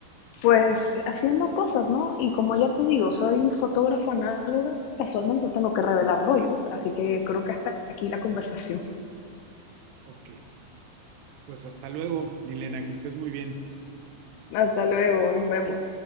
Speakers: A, on the left; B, on the right.
A: pues, haciendo cosas, ¿no? Y como ya te digo, soy fotógrafa análoga, casualmente tengo que revelar rollos, así que creo que hasta aquí la conversación. <laughs>
B: Ok. Pues hasta luego, Milena, que estés muy bien.
A: Hasta luego, nos vemos.